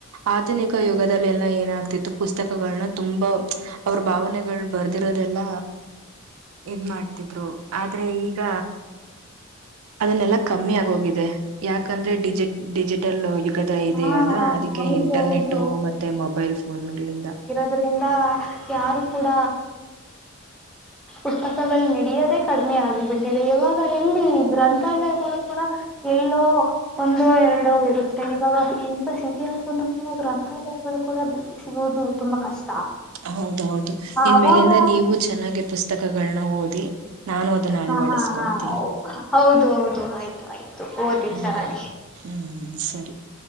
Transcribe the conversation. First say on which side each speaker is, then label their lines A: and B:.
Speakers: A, on the right; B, in the centre.
A: ಆಧುನಿಕ ಯುಗಲ್ಲೆಲ್ಲಾ ಏನಾಗ್ತಿತ್ತು ಪುಸ್ತಕಗಳನ್ನ ತುಂಬಾ ಅವ್ರ ಭಾವನೆಗಳು ಬರ್ ಇದಿರೋದೆಲ್ಲ ಇದ್ ಮಾಡ್ತಿದ್ರು ಆದ್ರೆ ಈಗ ಬೇಗ ಕಮ್ಮಿ ಆಗೋಗಿದೆ ಯಾಕಂದ್ರೆ ಡಿಜಿಟಲ್ ಡಿಜಿಟಲ್ ಯುಗದ ಇದೆಯಲ್ಲ
B: ಹಾ ಹಾ
A: ಅದಕ್ಕೆ
B: ಹೌದು
A: ಇಂಟರ್ನೆಟ್
B: ಹೌದು
A: ಮತ್ತೆ ಮೊಬೈಲ್ ಫೋನ್ಗಳಿಂದ
B: ಅದರಿಂದ ಯಾರೂ ಕೂಡ ಉುತ್ಪಸಗಳು ನಡಿಯದೆೇ ಕಡಿಮೆ ಆಗ್ಬಿಟ್ಟಿದೆ ಇವಾಗ ಎಲ್ಲಿ ಗ್ರಂಥಾಲಯಗಳು ಕೂಡ ಎಲ್ಲೋ ಒಂದೋ ಎರಡೋ ಇರುತ್ತೆ ಇವಾಗ ಎಥ ಸಿಟಿ ಆದನು ಕೂಡ ಗ್ರಂಥಾಲಯಗಳು ಕೂಡ ಸಿಗುವುದು ತುಂಬಾ ಕಷ್ಟ
A: ಹೌದೌದು ನಿನ್
B: ಆವಾಗ
A: ಮೇಲಿಂದ ನೀವು ಚೆನ್ನಾಗಿ ಪುಸ್ತಕಗಳನ್ನ ಓದಿ ನಾನು ಅದನ್ನ ಅಳ್ವಡಿಸಕೊಂತೀನಿ
B: ಹಾ ಹಾ ಹೌದು ಹೌದು ಆಯ್ತು ಆಯ್ತು ಓದಿ
A: ಹ್ಮ್
B: ಚನ್ನಾಗಿ
A: ಹ್ಮ್ ಸರಿ